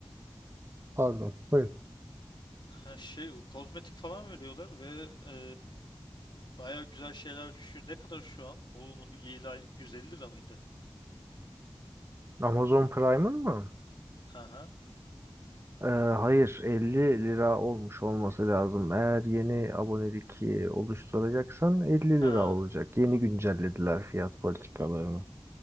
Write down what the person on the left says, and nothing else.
ha şey kozmetik falan veriyorlar ve e, baya güzel şeyler düşüyor. Ne kadar şu an? Onun 7 aylık 150 lira mıydı?
Ha ha.
Ha